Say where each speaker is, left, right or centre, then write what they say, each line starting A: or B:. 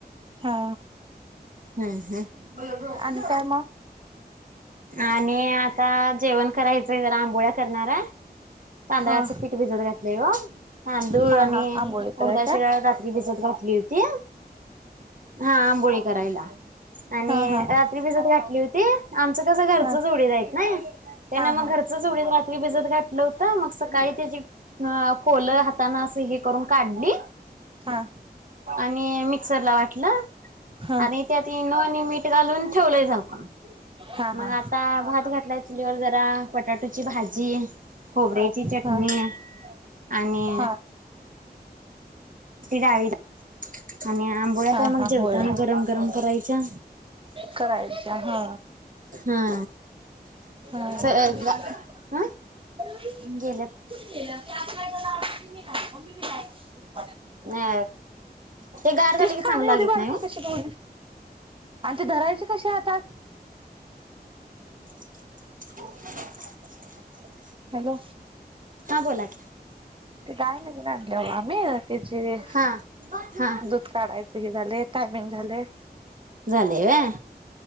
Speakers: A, on the right; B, on the right.
A: हा
B: हम्म हम्म!
A: आणि काय मग
B: आणि आता जेवण करायचंय जरा आंबोळ्या करणार हाय. तांदळाचं
A: हा
B: पीठ भिजत घातलं ओ तांदूळ
A: हा
B: आणि
A: हा आंबोळी कराय
B: उडदा शिळा रात्री भिजत घातली होती.
A: ह
B: हा आंबोळी करायला आणि
A: हा हा
B: रात्री भिजत घातली होती. आमचं कसं घरच
A: हा
B: जोडी जा आहेतत ना त्यांना
A: हा
B: मग
A: हा
B: घरच जोडी रात्री भिजत घातलं हो मग सकाळी त्याची पोल हाताना अस हे करून काढली.
A: हा
B: आणि मिक्सर ला वाटलं.
A: हा हा
B: आणि त्यात इनो आणि मीठ घालून ठेवलंय झाकून.
A: हा
B: मग
A: हा
B: आता भात घातलाय चुलीवर जरा बटाटोची भाजी खोबऱ्याची चटणी
A: हा
B: आणि
A: हा
B: डाळी आणि आंबोळ्या
A: हा
B: काय मग
A: हा
B: जेवताना
A: होय
B: गरम गरम करायच्या
A: करायच्या हा
B: हा.
A: हा.
B: ह
A: <unintelligible>
B: गेल्यात
A: <inaudible>
B: अ ते गार झाल
A: तेच
B: की
A: ठाणे
B: चांगलं लागीत
A: एवढी बारकी
B: नाय हो
A: कशी ठेवली आणि ते धरायचे कसे हातात?
B: <unintelligible> <inaudible>
A: हॅलो?
B: हा बोला की
A: काही <unintelligible> आणल्या आम्ही त्याची
B: हा हा
A: दूध काढायच हे झालय, टायमिंग झालय.
B: झाले व्हय